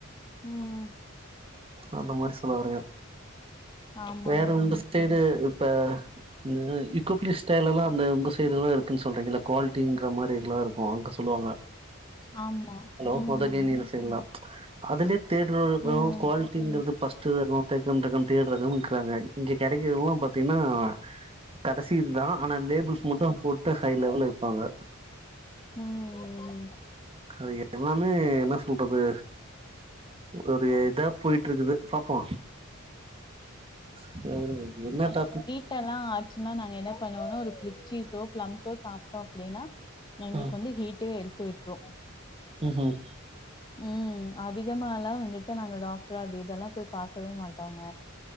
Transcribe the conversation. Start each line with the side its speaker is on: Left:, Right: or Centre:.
Left: ம் ம்
Right: அந்த மாரி சொல்ல வாரங்க
Left: ஆமாங்க
Right: வேற உங்க சைடு இப்ப இந்த இக்கோபிலிஸ் ஸ்டைலலா அந்த உங்க சைட்ல்லா இருக்குன் சொல்றீங்கல்ல க்வாலிட்டிங்ற மாரி லா இரு ஒ அங்க சொல்லுவாங்கா
Left: ஆமா
Right: லோ
Left: ம்
Right: கோத்தகினி அந்த சைட்லா அதுலயே தேடுறோங்கோ
Left: ம் ம்
Right: குவாலிட்டிங்கறது பஸ் டு நுத்தேகம் தேகம் தேடுறவங்க இருகாங்க இங்க கிடைக்கிறது எல்லா பாத்தீங்னா கடைசி இதுதா ஆனா லேபிள்ஸ் மட்டு போட்டு ஹை லெவல்ல விப்பாங்க
Left: ம்
Right: அது எல்லாமே என்ன சொல்றது ஒரு இதா போயிட்ருக்குது பாப்போ அதாவ்து என்ன டாபிக்
Left: ட்டலா ஆச்சுன்னா நாங்க என்ன பண்ணுவோன ஒரு பிளிச்சிஸோ பிளம்ஸோ சாப் டோ அப்டின்னா எங்களுக்கு
Right: ம்
Left: வந்து ஹீட்டே எடுத்து விட்ரு
Right: ம் ம்
Left: ம் அதிகமாலா வந்துட்டு நாங்க டாக்டர் அது இதெல்லா போய் பாக்கவே மாட்டோங்க